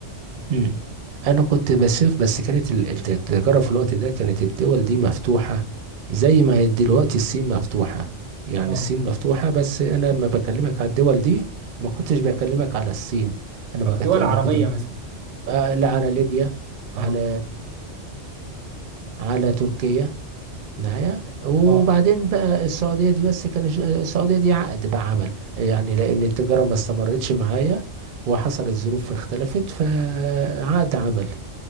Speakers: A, on the right; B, on the right.
A: مم. انا كنت بسيف بس كانت ال- الت- التجاره في الوقت ده كانت الدول دي مفتوحه زي ما هي دلوقتي الصين مفتوحه يعني
B: اه
A: الصين مفتوحه بس انا لما بكلمك على الدول دي ما كنتش
B: مم.
A: بكلمك على الصين انا
B: آه،
A: بكت...
B: دول
A: ما
B: عربية
A: كنت ب...
B: مثلا
A: آه لا على ليبيا على
B: اه
A: على تركيا معايا وبعدين
B: اه
A: بقى السعوديه دي بس كان ش- السعوديه دي عقد بقى عمل يعني لان التجاره ما استمرتش معايا وحصلت ظروف اختلفت فعقد عمل